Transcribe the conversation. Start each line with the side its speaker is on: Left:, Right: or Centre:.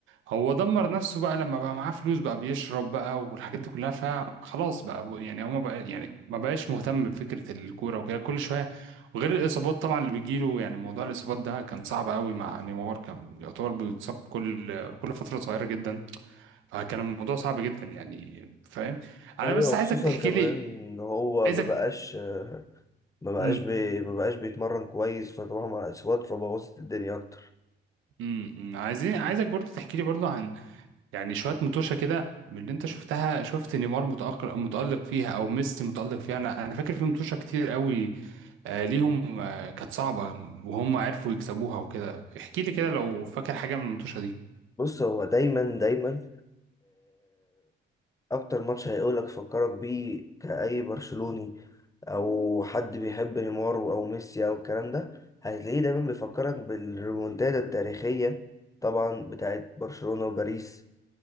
Right: هو دمر نفسه بقى لما بقى معاه فلوس بقى بيشرب بقى والحاجات دي كلها فخلاص بقى يعني هو ما بقى يعني ما بقاش مهتم بفكرة الكورة وكده كل شوية وغير الإصابات طبعا اللي بيجيله يعني موضوع الإصابات ده كان صعب قوي مع نيمار كان يعتبر بيتصاب كل كل فترة صغيرة جدا فكان الموضوع صعب جدا يعني فاهم أنا
Left: ايوه
Right: بس عايزك
Left: خصوصا
Right: تحكي
Left: كمان
Right: لي
Left: ان هو
Right: عايزك
Left: ما بقاش ما بقاش
Right: امم
Left: بي ما بقاش بيتمرن كويس فطبعا مع الاصابات فبوظت الدنيا اكتر
Right: امم امم، عايزين عايزك برضو تحكي لي برضو يعني شويه متوشه كده من اللي انت شفتها شفت نيمار متالق متالق فيها او ميسي متالق فيها انا انا فاكر في متوشه كتير قوي آه ليهم آه كانت صعبه وهم عرفوا يكسبوها وكده احكي لي كده لو فاكر حاجه من المتوشه دي
Left: بص هو دايما دايما اكتر ماتش هيقولك فكرك بيه كأي برشلوني او حد بيحب نيمار او ميسي او الكلام ده هتلاقيه دايما بيفكرك بالريمونتادا التاريخية طبعا بتاعت برشلونة وباريس